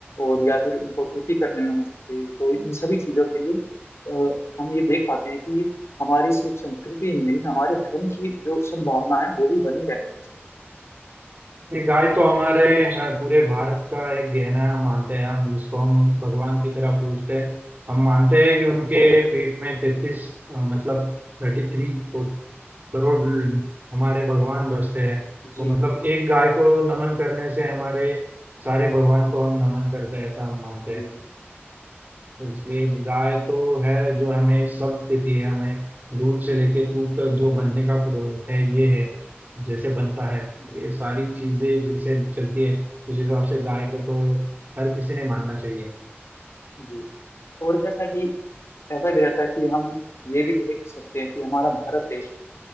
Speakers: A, on the left; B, on the right.
A: और या फिर उनको खेती करने में मदद करी तो इन सभी चीजों के लिए अ, हम ये देख पाते हैं कि हमारी सिर्फ संस्कृति ही नहीं हमारे धर्म की जो सद्भावना है वो भी बनी रहती है इसके साथ।
B: नहीं गाय तो हमारे हाँ, पूरे भारत का एक गहना मानते हैं हम जिसको हम भगवान की तरह पूजते हैं हम मानते हैं कि उनके पेट में तैतीस मतलब थर्टी थ्री करोड़ हमारे भगवान बसते हैं
A: जी
B: तो मतलब
A: जी
B: एक गाय को नमन करने से हमारे सारे भगवान को हम नमन करते हैं ऐसा हम मानते
A: जी
B: हैं इसलिए गाय तो है जो हमें सब देती है हमें दूध से लेके दूध तक जो बनने का प्रो है ये है जैसे बनता है
A: जी
B: ये सारी चीजें जैसे चलती है उस हिसाब से गाय को तो हर किसी ने मानना चाहिए
A: जी और जैसा कि ऐसा भी रहता है कि हम ये भी देख सकते हैं कि हमारा भारत देश